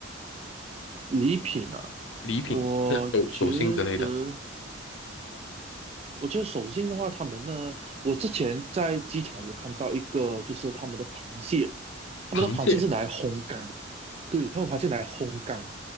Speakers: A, on the right; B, on the left.
A: 礼品啊，
B: 礼品，
A: 我觉得，
B: 就是手手信之类的，
A: 我觉得手信的话，他们呢，我之前在机场有看到一个，就是他们的螃蟹，他们的螃蟹是拿来烘干，
B: 螃蟹。
A: 对，他们螃蟹拿来烘干，